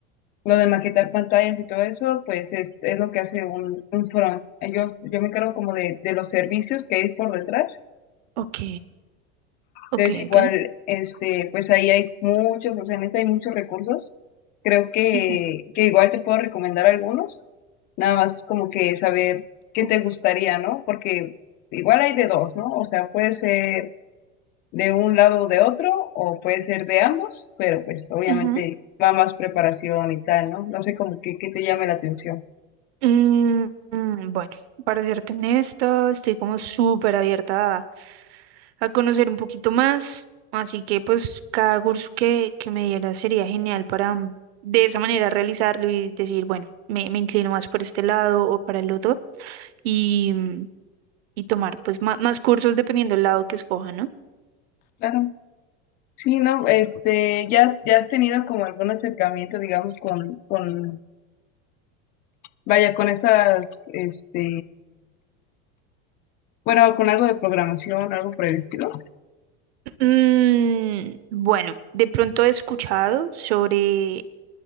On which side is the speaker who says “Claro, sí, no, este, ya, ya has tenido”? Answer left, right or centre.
Left